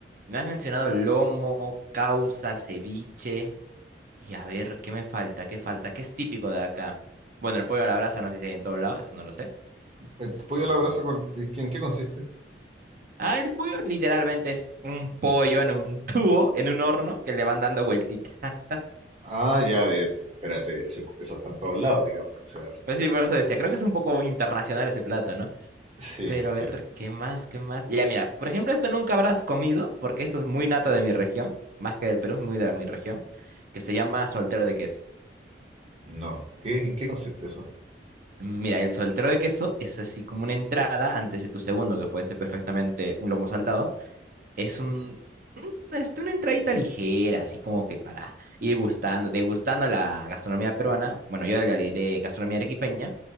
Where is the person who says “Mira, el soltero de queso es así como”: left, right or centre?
Right